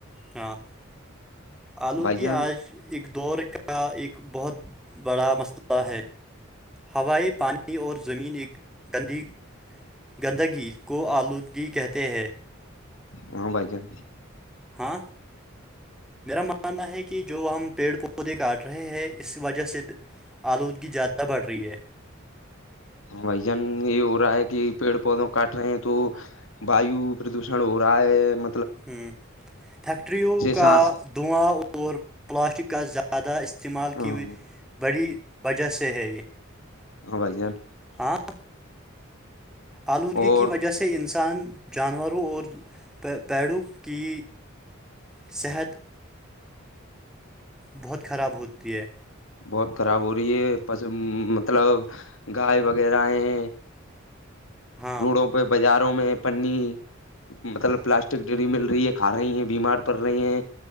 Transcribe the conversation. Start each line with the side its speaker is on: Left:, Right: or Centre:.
Centre: ہاں آلودگی
Left: بھائی جان
Centre: آج ایک دور کا ایک بہت بڑا مسئلہ ہے ہوائے پانی اور زمین ایک گندی گندگی کو آلودگی کہتے ہیں
Left: وہاں بائیکن
Centre: ہاں میرا ماننا ہے کہ جو ہم پیڑ پودے کاٹ رہے ہیں اس وجہ سے آلودگی زیادہ بڑھ رہی ہے
Left: وی جن یہ ہو رہا ہے کہ پیڑ پودوں کاٹ رہے ہیں تو واو پردوشن ہو ر ہے م
Centre: ہ فیکٹریوں کا
Left: سانس
Centre: دواں اور پلاسٹک کا زیادہ استعمال
Left: ہاں
Centre: کی بڑی وجہ سے ہے یہ
Left: ہاں بھائی جان
Centre: ہاں آلودگی
Left: اور
Centre: کی وجہ سے انسان جانوروں اور پیڑوں کی صحت بہت خراب ہوتی ہے
Left: بہت خراب ہو رہی ہے پ مطلب گائے وغیرہ ہے
Centre: ہاں
Left: روڈوں پہ بازاروں میں پنی مطلب پلاسٹک ڈری مل رہی ہے کھا رہی ہیں بیمار پڑ رہے ہیں